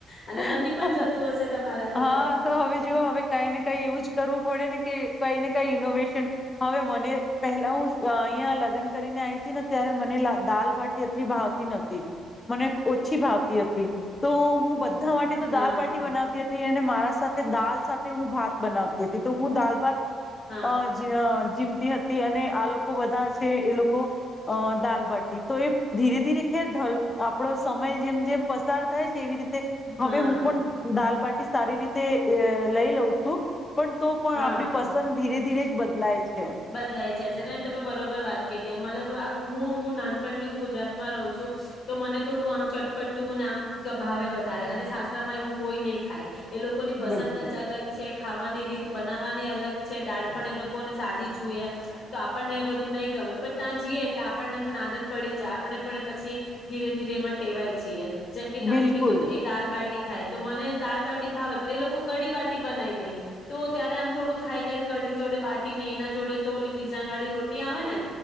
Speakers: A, on the left (about 30°); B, on the left (about 60°).
A: હું
B: અને બની પણ જતું હશે તમારાથી
A: હા
B: તો?
A: હવે જો હવે કઈ ને કઈ એવું જ કરવું પડે ને કે કઈને કઈ ઈનોવેશન હવે મને પહેલા હું અહીં લગ્ન કરીને આવી હતી ને ત્યારે મને દાલ ભાટી અત ભાવતી નથી મને ઓછી ભાવ હતી તો હું બધ બધા માટે તો
B: હા
A: દાલ બાટી બનાવતી હતી. અને મારા સાથે દાલ સાથે હું ભાત બનાવતી હતી તો હું દાલ ભાત
B: હા
A: હ જ હ. જીમતી હતી અને આ લોકો બધા છે એ લોકો અ દાલબાટી તો એ ધીરે ધીરે ખેઢલ આપણો સમય જેમ જેમ પસાર થાય છે એવી રીતે
B: હા
A: હવે હું પણ દાલ બાટી સારી રીતે અ લઈ જઉ છું તો પણ
B: હા
A: આપ પસંદ ધીરે ધીરે બદલાય. છે
B: બદલાય જાય છે ને તમે બરોબર વાત કીધી મતલબ હું હું નાનપણથી હું ગુજરાતમાં રહું છું તો મને થોડું આમ ચટપટ્ટું અને આમ ભાવે વધારે અને સાસરામાં એવું કોઈ નહી ખાય. એ લોકોની પસંદ
A: બિલકુલ
B: જ અલગ છે. ખાવાની રીત બનાવવાની અલગ છે દાળ પણ એ લોકોને સાદી જોઈએ તો આપણને એ બધું નહી ગમે પણ ત્યાં જઈએ એટલે આપણને પણ આદત પડી જાય આપણે પણ પછી ધીરે ધીરે એમાં ટેવાય જઈએ. જેમ કે તમે
A: બિલકુલ
B: કીધું એ દાલ બાટી થાય તો મને દાલ બાટી ભાવે પણ એ લોકો કઢી બાટી બનાવી દે તો ત્યારે આમ થોડું થાય ક કઢી જોડે બાટી ને એના જોડે તો ઓલી ડિઝાઇન વાળી રોટી આવે ને